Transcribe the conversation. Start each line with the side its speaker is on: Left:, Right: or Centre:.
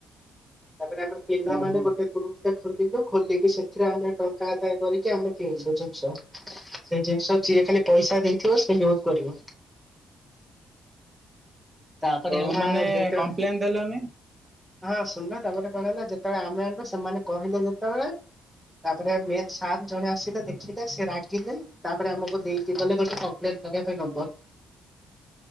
Centre: ତାପରେ ଆମ ପିଲାମାନେ
Right: ଓହୋ
Centre: ଗୋଟେ ଗ୍ରୁପ ଟା ଖୋଲିଲୁ ଖୋଲିକି ସେଥିରେ ଆମେ ଟଙ୍କା ଆଦାୟ କରିକି ଆମେ କିଣିଲୁ ଜିନିଷ। ସେଇ ଜିନିଷ ଯିଏ ଖାଲି ପଇସା ଦେଇଥିବ ସେ ୟୁଜ୍ କରିବ। ତାପରେ
Right: ଓ
Centre: ହେଲା
Right: ମାନେ
Centre: ଯେତ
Right: କମ୍ପ୍ଲେନ ଦେଲନି
Centre: ହଁ ଶୁଣନ ତାପରେ କଣ ହେଲା ଯେତେବେଳେ ଆମେ ଆଣିଲୁ ସେମାନେ କହିଲେ ଯେତେବେଳେ- ତାପରେ ମେନ ସାର୍ ଜଣେ ଆସିଲେ ଦେଖିଲେ ସେ ରାଗିଲେ ତାପରେ ଆମକୁ ଦେଇକି ଗଲେ ଗୋଟେ କମ୍ପ୍ଲେନ କରିବା ପାଇଁ ନମ୍ବର